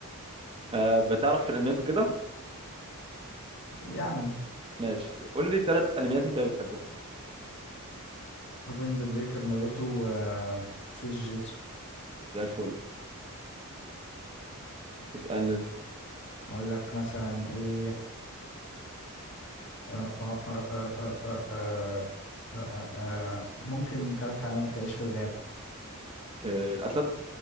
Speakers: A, on the right; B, on the left.
A: أه بتعرف في الانميات وكده
B: يعني
A: ماشي قول لي ثلاث انميات انت بتحبهم
B: ويند بريكر ناروتو آه في جيتسو
A: زي الفل اسالني انت
B: اقول لك مثلا ايه آه آه آه آه آه آه آه آه آه. ممكن ثلاث حيوانات بتعيش في الغابة
A: أه الاسد